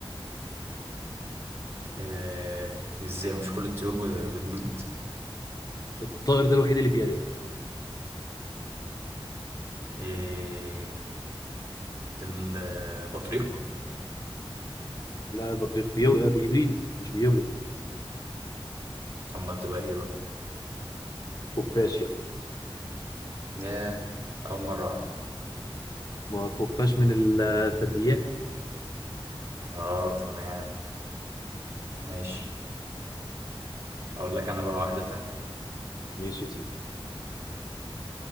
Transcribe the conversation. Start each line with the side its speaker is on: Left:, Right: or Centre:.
Right: اه ازاي مش كل الطيور ب- بتبيض
Left: الطائر ده الوحيد اللي بيلد
Right: ايه البطريق
Left: لا البطريق بيو... آه، بيبيض مش بيولد
Right: امال تبقى ايه بقى
Left: خفاش يا اسطى
Right: ياه اول مرة اعرف
Left: ما هو الخفاش من الثدييات
Right: اه تمام ماشي هقول لك انا بقى واحدة تانية
Left: ماشي يا سيدي